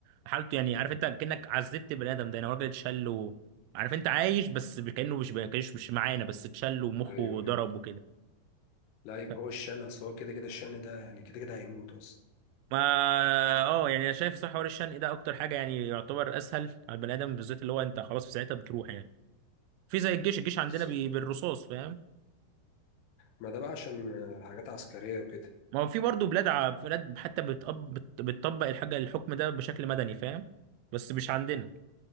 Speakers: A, on the right; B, on the left.
A: وحالته يعني عارف انت كانك عذبت بني ادم ده يعني هو راجل اتشل و- عارف انت عايش بس كانه مش كانش مش معانا بس اتشل ومخه
B: ايوه
A: ضرب
B: ايوه
A: وكده
B: لا يبقى
A: ف-
B: هو الشن اصل هو كده كده الشن ده يعني كده كده هيموت اصلا
A: ما اه يعني انا شايف صح حوار الشنق ده اكتر حاجه يعني يعتبر اسهل على البني ادم بالذات اللي هو انت خلاص في ساعتها بتروح يعني في زي الجيش الجيش عندنا
B: بالظبط
A: بي... بالرصاص فاهم
B: ما ده بقى عشان آه، حاجات عسكرية وكده
A: ما هو في برضه بلاد ع... بلاد حتى بتقب... بت... بتطبق الحاجه الحكم ده بشكل مدني فاهم بس مش عندنا